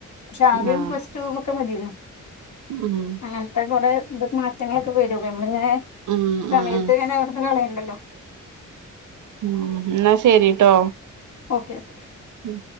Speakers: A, on the left (about 60°); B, on the right (about 65°).
A: പക്ഷെ ആദ്യം
B: ആഹ്
A: പ്ലസ് ടു മെക്കെ മതീന്നു.
B: ഉം
A: അങ്ങനത്തെ കൊറെ ഇത് മാറ്റങ്ങളൊക്കെ വെരും. നമ്മളിങ്ങനെ
B: ഉം
A: സമയത്ത്
B: ഉം ഉം
A: ഇങ്ങനെ വെർതെ കളയേണ്ടല്ലോ.
B: ഉ എന്നാ ശരിട്ടോ.
A: ഓക്കേ ഓക്കെ
B: ഉം